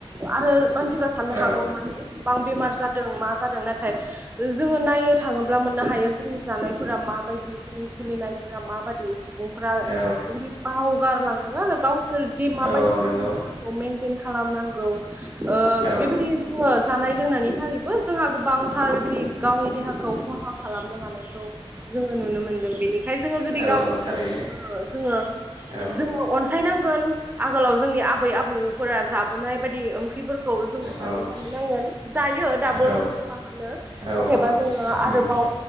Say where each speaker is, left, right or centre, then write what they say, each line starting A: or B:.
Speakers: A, on the right; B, on the right.
A: आरो मानसिफ्रा साननो
B: औ
A: हागौ माने एसेबां बेमार जादों मा जादों नाथाय जोङो नाय थाङोब्ला मोननो हायो जोंनि जानायफोरा माबायदि जोंनि सोलिनायफोरा माबायदि सुबुंफोरा
B: औ
A: बिदि बावगारलांदों आरो गावसोर जे माबायदि
B: औ
A: गावनि
B: नंगौ
A: देहाखौ मेन थेन खालामनांगौ ओ
B: औ
A: बेबायदि जोङो जानाय लोंनायनि थाखायबो जोंहा गोबांथार बेदि गावनि देहाखौ खहा खालाम लानायखौ जोङो नुनो मोनदों बेनिखाय जोङो जुदि
B: औ
A: गाव
B: औ
A: ओ
B: थारैनो
A: जोङो
B: औ
A: जोङो अनसायनांगोन आगोलाव जोंनि आबै आबौफोरा जाबोनाय बायदि ओंख्रिफोरखौ जोङो दाबो
B: औ
A: जानो नांगोन जायो दाबो
B: औ
A: गोबांङानो
B: औ
A: नाथायबा
B: औ
A: जोङो आरोबाव
B: उम